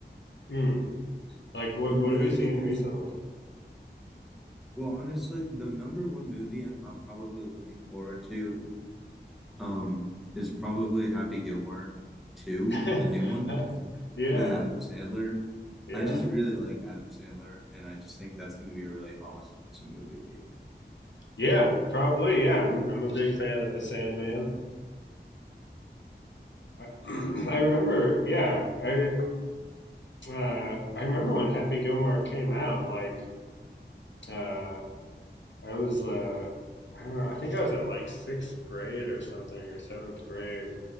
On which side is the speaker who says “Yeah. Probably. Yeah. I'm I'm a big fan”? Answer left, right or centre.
Left